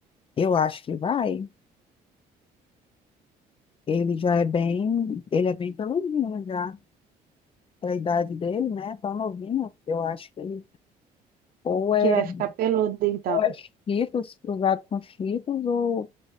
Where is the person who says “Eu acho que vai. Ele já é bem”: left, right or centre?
Left